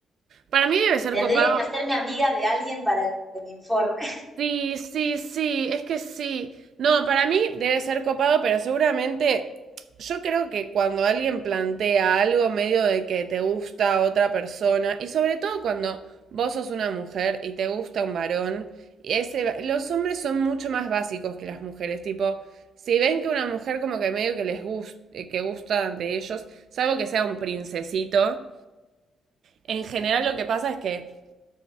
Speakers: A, on the right; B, in the centre.
A: para mí debe ser
B: Tendría
A: copado
B: que hacerme amiga de alguien para que me informe.
A: Sí, sí, sí, es que sí. No, para mí debe ser copado, pero seguramente yo creo que cuando alguien plantea algo medio de que te gusta otra persona, y sobre todo cuando vos sos una mujer y te gusta un varón, y ese, los hombres son mucho más básicos que las mujeres, tipo, si ven que una mujer como que medio que les gusta, que gusta de ellos, salvo que sea un princesito, en general lo que pasa es que